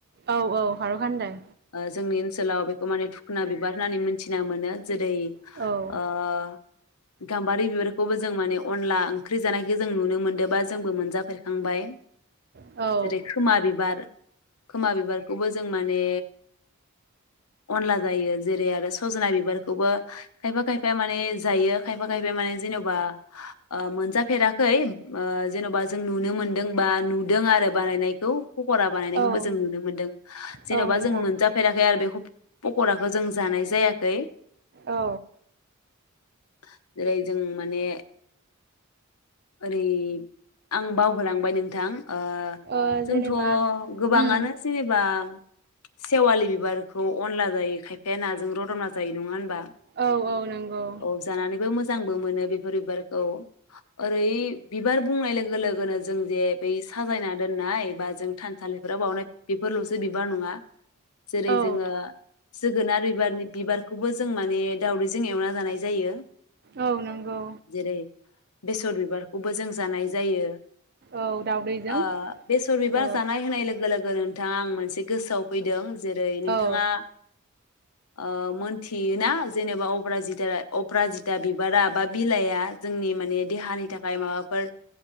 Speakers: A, on the right; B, on the left.
A: औ औ खारौ खानदाय।
B: ओ जोंनि ओनसोलाव बेखौ माने थुखना बिबार होननानै मिथिना मोनो। जेरै
A: औ
B: ओह। गाम बारि बिबारखौबो जों माने अनला ओंख्रि जानायखौ जों नुनो मोनदों बा जोंबो मोनजाफेरखांबाय।
A: औ
B: जेरै खोमा बिबार। खोमा बिबारखौबो जों माने अनला जायो जेरै आरो सजना बिबारखौबो खायफा खायफाया माने जायो खायफा ख खायफा बा माने जेनबा मोनजाफेराखै जेनबा जों नुनो मोनदों बा नुदों आरो बानायनायखौ। पकरा बानायनायखौबो
A: औ
B: जों नुनो मोन्दों जेनबा
A: औ नोंथां
B: जों मोनजाफेराखै आरो बेखौ पकराखौ जों जानाय जायाखै।
A: औ।
B: <inaudible> जेरै जों माने ओरै आं बावहोलांबाय नोंथां। ओह
A: ओ जेनेबा
B: जोंथ गोबाङानो
A: उम
B: जेनेबा सेवालि बिबारखौ अनला जायो खायफाया नाजों रदना जायो नङा होनबा।
A: औ औ नंगौ।
B: औ जानानैबो मोजांबो मोनो बेफोर बिबारखौ। ओरै बिबार बुंनाय लोगो लोगोनो जों जे बै साजायना दोननाय बा जों थानसालिफोराव बावनाय बेफोरलसो बिबार नङा। जेरै
A: औ
B: जोङो जोगोनार बिबारनि बिबारखौबो जों माने दावदैजों एवना जानाय जायो।
A: औ नंगौ।
B: जेरै बेसर बिबारखौबो जों जानाय जायो।
A: औ दाउदैजों
B: ओह बेसर बिबार
A: औ
B: जानाय होनाय लोगो लोगो नों बिथां आं मोनसे गोसोआव फैदों जेरै नोंथाङा
A: औ
B: ओह मोनथियोना जेनेबा अप्राजिथारा-अप्रााजिता बिबारा बा बिलाइआ जोंनि माने देहानि थाखाय माबाफोर